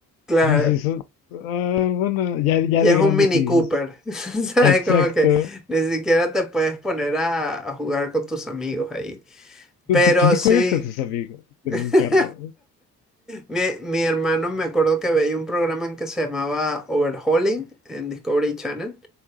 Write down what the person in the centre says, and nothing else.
Claro.
Y
es
un Mini
Cooper. <laughs> ¿Sabes?
Como que ni siquiera te puedes poner a, a jugar con tus amigos ahí.
Pero sí.
<laughs>
Mi, mi hermano me acuerdo que veía un programa en que se llamaba Overhauling en Discovery Channel.